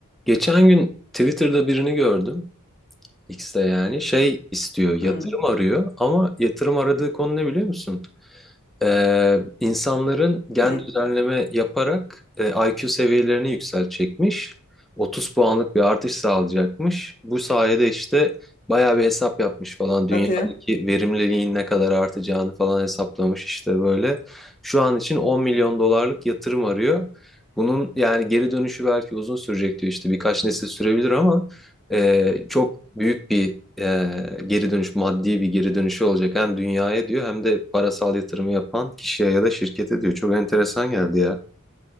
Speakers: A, in the centre; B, on the left (about 40°).
A: Geçen gün Twitter'da birini gördüm. X'te yani şey istiyor,
B: Hmm,
A: yatırım arıyor ama yatırım aradığı konu ne biliyor musun? Ee, insanların gen
B: ne?
A: düzenleme yaparak e, IQ seviyelerini yükseltecekmiş. 30 puanlık bir artış sağlayacakmış. Bu sayede işte bayağı bir hesap yapmış falan. Dünyadaki
B: Hadi ya.
A: verimliliğin ne kadar artacağını falan hesaplamış işte böyle. Şu an için 10 milyon dolarlık yatırım arıyor. Bunun yani geri dönüşü belki uzun sürecek diyor işte birkaç nesil sürebilir ama e, çok büyük bir eee, geri dönüş maddi bir geri dönüşü olacak hem dünyaya diyor hem de parasal yatırımı yapan kişiye ya da şirkete diyor. Çok enteresan geldi ya.